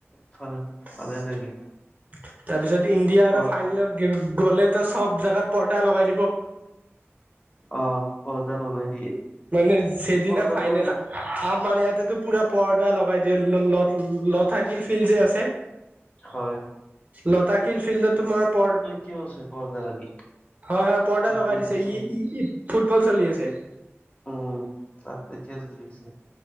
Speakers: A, on the left; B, on the right.
A: ভাল ভালে
B: তাৰপিছত
A: লাগে
B: ইণ্ডিয়া আৰু
A: অ
B: ফাইনেলত- গ'লেটো চব জেগাত পৰ্দা লগাই দিব।
A: অ, পৰ্দা লগাই দিয়ে।
B: মানে সেইদিনা
A: পৰ্দাটো
B: ফাইনেল
A: পৰা যি
B: আমাৰ ইয়াতেটো পুৰা পৰ্দা লগাই দিয়ে। ল - লতা - লতাশিল ফিল্ড যে আছে।
A: হয়।
B: লতাশিল ফিল্ডত তোমাৰ পৰ
A: কিয় আছে পৰ্দা লাগি
B: হয়- হয়, পৰ্দা
A: ফুটবল
B: লগাই দিছে
A: বিশ্ব
B: ই- ই- ই ফুটবল চলি আছে।
A: উম তাত কেতিয়া চলি আছে?